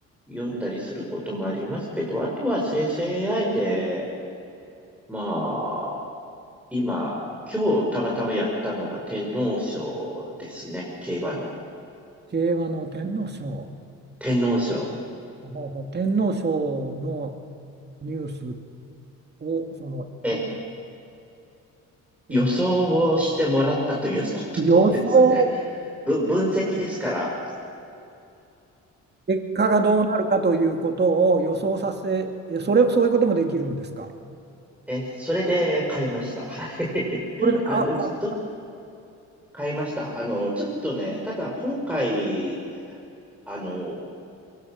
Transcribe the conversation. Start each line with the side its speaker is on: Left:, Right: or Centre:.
Centre: 読んだりすることもありますけど、あとは生成 AI で、ま今、今日たまたまやったのが天皇賞ですね。競馬の。
Right: 競馬の天皇賞、
Centre: 天皇賞。
Right: ほうほう天皇賞のニュースをその、
Centre: え、
Right: い
Centre: 予想をしてもらったということですね。
Right: え予想、
Centre: ぶ、分析ですから。
Right: 結果がどうなるかということを予想させ、えそれ、そういうこともできるんですか。
Centre: え、それで買いました。はい。<laughs>
Right: それがか
Centre: あの、うちと、買いました。あの、ちょっとね、ただ今回、あの、